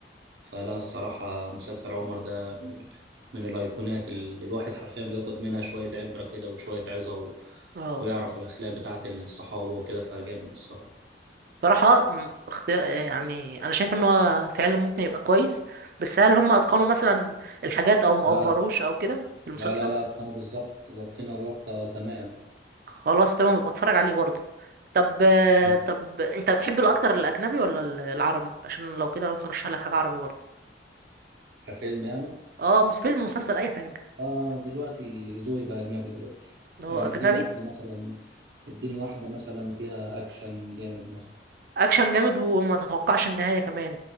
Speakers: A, on the right; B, on the right.
A: فلا الصراحه مسلسل عمر ده من ال... من الايقونات اللي الواحد حرفيا بياخد منها شويه عبره كده وشويه عظه و...
B: اه
A: ويعرف الاخلاق بتاعت الصحابه وكده فجامد الصراحه
B: بصراحة م- اختيار يعني انا شايف ان هو فعلا ممكن يبقى كويس بس هل هم اتقنوا مثلا الحاجات او ما
A: لا
B: اوفروش او كده في المسلسل
A: لا لا لا كانوا بالظبط ظابطينها ظابطة تمام
B: خلاص تمام ببقى اتفرج عليه برضه طب آه،
A: مم.
B: طب انت بتحب الاكتر الاجنبي ولا ال- العربي عشان لو كده ممكن ارشح لك حاجة عربي برضه
A: كفيلم يعني
B: اه مس- فيلم مسلسل اي حاجة
A: فدلوقتي ذوقي بقى أجنبي دلوقتي
B: هو
A: يعني
B: اجنبي
A: اديني واحدة مثلا اديني واحدة مثلا فيها أكشن جامد مثلا
B: اكشن جامد وما تتوقعش النهاية كمان